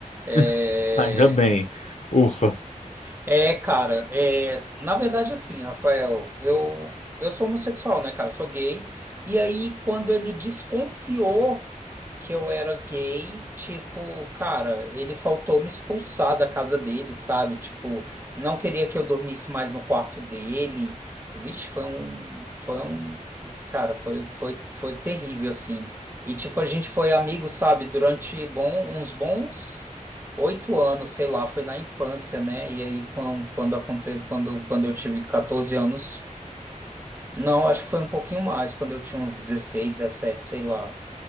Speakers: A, on the right; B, on the left.
A: É,
B: <laughs> Ainda bem. Ufa.
A: É, cara, é, na verdade, assim, Rafael, eu, eu sou homossexual, né, cara? Sou gay. E aí, quando ele desconfiou que eu era gay, tipo, cara, ele faltou me expulsar da casa dele, sabe? Tipo, não queria que eu dormisse mais no quarto dele. Vixe, foi um, foi um, cara, foi, foi, foi terrível, assim. E, tipo, a gente foi amigo, sabe, durante bom, uns bons oito anos, sei lá, foi na infância, né? E aí, quando, quando, aconte- quando, quando eu tive 14 anos, não, acho que foi um pouquinho mais, quando eu tinha uns 16 17 sei lá.